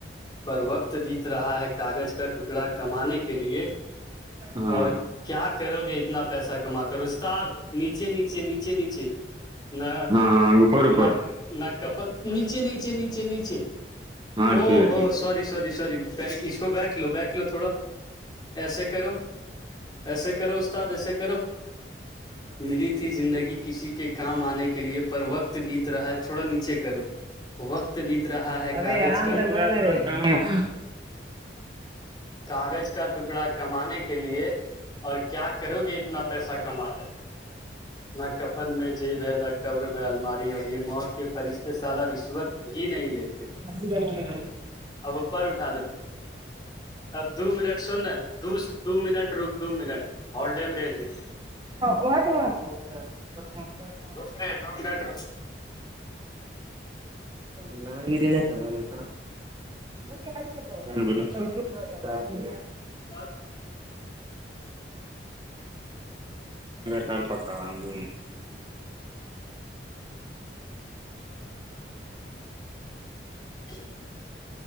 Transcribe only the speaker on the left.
پر وقت بیت رہا ہے کاغذ کا ٹکڑا کمانے کے لیے
اور کیا کرو گے اتنا پیسہ کما کرو استاد نیچے نیچے نیچے نیچے نہ
ن نٹ کپت نیچے نیچے نیچے نیچے
او
ہوو
سور سور سور اس کو بیکھ لو بیک لو تھوڑا ایسے کرو ایسے کرو استاد ایسے کرو ملی تھی زندگی کسی کے کام آنے کے لئے پر وقت بھی رہا تھوڑا نیچے کرو وقت بیت رہا ہے کاغذ
کا
کاغذ کا ٹکڑا کمانے کے لیے اور کیا کرو گے اتنا پیسہ کما کر نہ کفن میں جیب ہے نہ قبر میں الماری ہو یہ موت کے فرشتے سالہ رشوت بھی نہیں لیتے
اب اپر اٹھا دو اب دو منٹ سننا دو دو منٹ رک دو منٹ ہل ڈائم ریلو
روم رے روم ر ڈ
ہ
ج